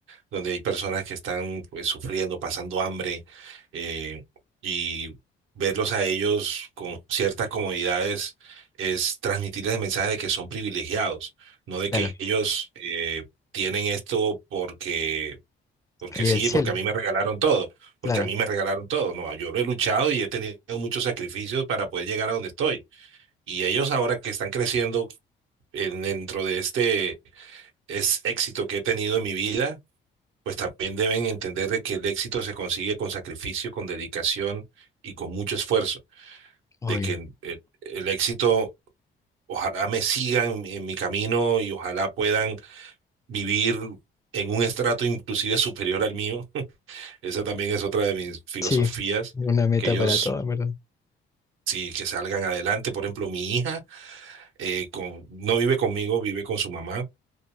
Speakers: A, on the right; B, on the left.
A: donde hay personas que están pues sufriendo, pasando hambre, eh, y verlos a ellos con ciertas comodidades es transmitirles el mensaje de que son privilegiados, no de
B: claro,
A: que ellos eh, tienen esto porque, porque
B: caí
A: sí,
B: del cielo,
A: porque a mí me regalaron todo,
B: claro,
A: porque a mí me regalaron todo, no, yo lo he luchado y he tenido muchos sacrificios para poder llegar a donde estoy. Y ellos ahora que están creciendo en- dentro de este es éxito que he tenido en mi vida, pues también deben entender de que el éxito se consigue con sacrificio, con dedicación y con mucho esfuerzo,
B: obvio.
A: de que el, el éxito, ojalá me sigan en mi camino y ojalá puedan vivir en un estrato inclusive superior al mío. <laughs> Esa también es otra de mis filosofías,
B: Sí, una meta
A: que ellos
B: para todos, ¿verdad?
A: sí que salgan adelante. Por ejemplo, mi hija eh, con- no vive conmigo, vive con su mamá.